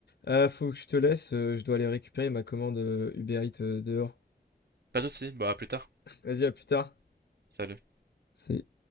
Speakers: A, on the left; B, on the right.
A: Euh, faut que je te laisse, euh, je dois aller récupérer ma commande euh, Uber Eats euh, dehors.
B: Pas de soucis, bah à plus tard.
A: Vas-y, à plus tard.
B: Salut.
A: c'est